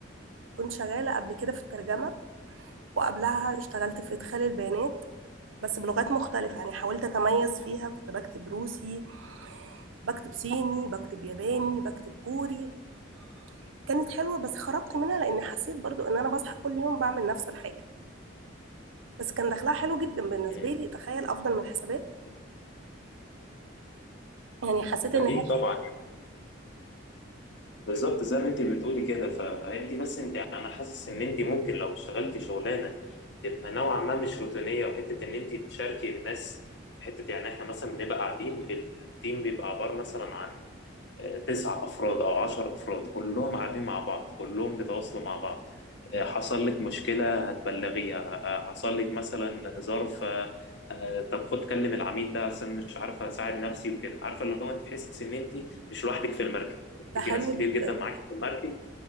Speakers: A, on the right; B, on the left.
A: كنت شغاله قبل كده في الترجمه وقبلها اشتغلت في ادخال البيانات بس بلغات مختلفة يعني حاولت أتميز فيها كنت بكتب روسي بكتب صيني بكتب ياباني بكتب كوري كانت حلوة بس خرجت منها لأن حسيت برضو إن أنا بصحى كل يوم بعمل نفس الحاجة بس كان دخلها حلو جدا بالنسبة
B: مم.
A: لي تخيل أفضل من الحسابات يعني حسيت إن
B: اكيد
A: هي
B: طبعا
A: حلو.
B: بالظبط زي ما انت بتقولي كده فانت بس انت انا حاسس ان انت ممكن لو اشتغلتي شغلانه تبقى نوعا ما مش روتينيه وحته ان انت تشاركي الناس في حته يعني احنا مثلا بنبقى قاعدين التيم بيبقى عباره مثلا عن آه، تسع افراد او عشر افراد كلهم قاعدين مع بعض كلهم بيتواصلوا مع بعض آه، حصل لك مشكلة هتبلغيها آه، حصل لك مثلا ظرف آه، آه، طب خد كلم العميل ده عشان مش عارفة أساعد نفسي وكده عارفة اللي هو أنت تحس إن أنت مش لوحدك في المركب أنت
A: ده
B: في
A: حلو
B: ناس كتير
A: جدا
B: جدا معاك في المركب